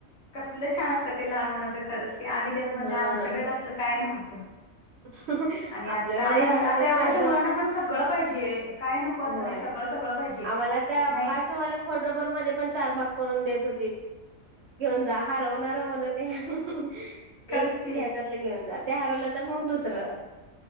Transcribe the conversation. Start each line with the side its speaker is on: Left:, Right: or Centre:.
Left: कसलं छान असतात ते लहान मुलांच खरंच की आम्ही त्यामध्ये
Right: हा
Left: आमच्या वेळेला अस आपलं काय नव्हतं
Right: <inaudible>
Left: आणि आता
Right: आपल्या वेळेला
Left: आणि मु- आता
Right: ते
Left: एवढ्याशा
Right: साधं
Left: मुलांना पण सगळं पाहिजे काय नको असं
Right: होय
Left: नाही सगळं सगळं पाहिजे
Right: आम्हाला त्या
Left: नाहीस
Right: पाचवाल्या खोडरबर मध्ये पण चार भाग करून देत होतीत घेऊन जा हरवणार म्हणून <inaudible> एक
Left: खरंच की
Right: ह्याच्यातलं घेऊन जात ते हरवलं तर मग दुसरं